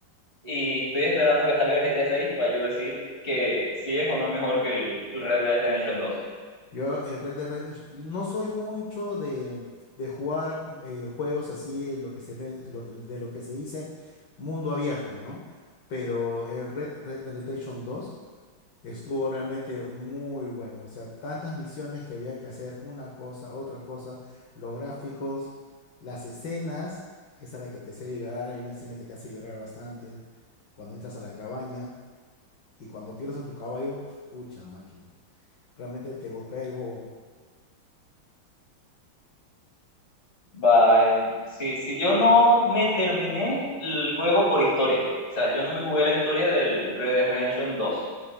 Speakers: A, on the left; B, on the left.
A: Y estoy esperando que salga el GTA 6 para yo decir que si es o no mejor que el el Red Dead Redemption 2.
B: Yo el Red Dead Redemption, no soy mucho de, de jugar eh, juegos así, lo que se, ve- lo que- de lo que se dice mundo abierto, ¿no? Pero el Red, Red Dead Redemption dos. Estuvo realmente muy bueno. O sea, tantas misiones que había que hacer, una cosa, otra cosa, los gráficos, las escenas, esa es la que te hace llorar, hay una escena que te hace llorar bastante, cuando entras a la cabaña y cuando pierdes a tu caballo, <laughs> pucha máquina, realmente te golpea el bobo.
A: Bye. Sí, si yo no me terminé el juego por historia, o sea, yo no me jugué la historia del Red Dead Redemption 2.